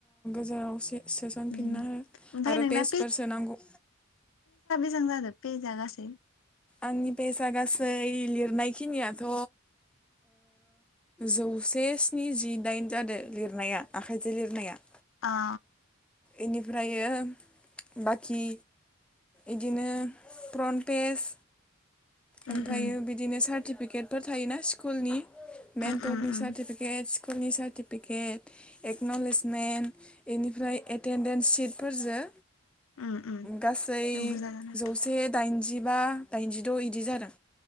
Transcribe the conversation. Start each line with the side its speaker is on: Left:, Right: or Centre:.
Centre: जेरावसे सोसनफिनना
Left: ओमफ्राय
Centre: हो आरो
Left: नोंना
Centre: पेसफोर सोनांगौ
Left: मोजां जाजोब बे जा गासै
Centre: आंनि फैसा गासै लिरनाय खिनियाथ' जौसे स्निजिदाइन जादों लिरनाया आखाइजों लिरनाया
Left: औ
Centre: इनिफ्रायो बाखि इदिनो फ्रनपेस
Left: उम
Centre: ओमफ्रायो
Left: उम
Centre: बिदिनो सार्टिफिकेटफोर थायोना स्कुलनि मेनथनि
Left: उम उम उम
Centre: सार्फेट फोरनि सार्टिफिकेट एकन'लेजमेन्ट एनिफ्राय एटेडेन्स सिटफोरजों
Left: उम
Centre: गासै
Left: उम बुरजा जादों
Centre: जौसे दाइनजिबा दाइनजिद' इदि जादों।